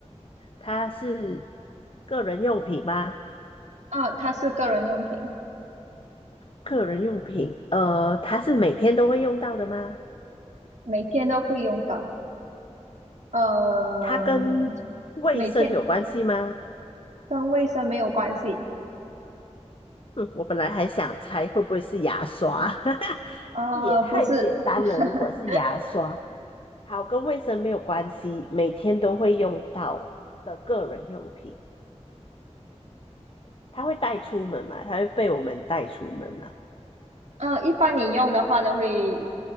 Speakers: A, on the left (about 50°); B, on the right (about 75°).
A: 它是个人用品吗？
B: 啊，它是个人用品，
A: 个人用品，呃，它是每天都会用到的吗？
B: 每天都会用到。呃，
A: 它跟卫生有关系吗？
B: 每天跟卫生没有关系。
A: 哼，我本来还想猜会不会是牙刷，<laughs>
B: 呃，
A: 也太简单了。
B: 不是，<laughs>
A: 如果是牙刷，好，跟卫生没有关系，每天都会用到的个人用品，它会带出门嘛？它会被我们带出门嘛？
B: 呃，一般你用的话都会